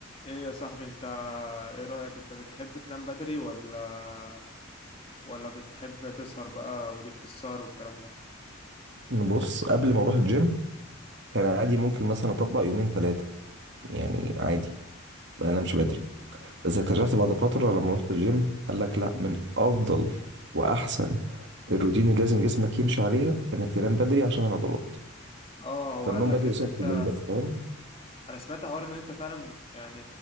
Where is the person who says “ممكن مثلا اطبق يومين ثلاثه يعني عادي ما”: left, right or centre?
Right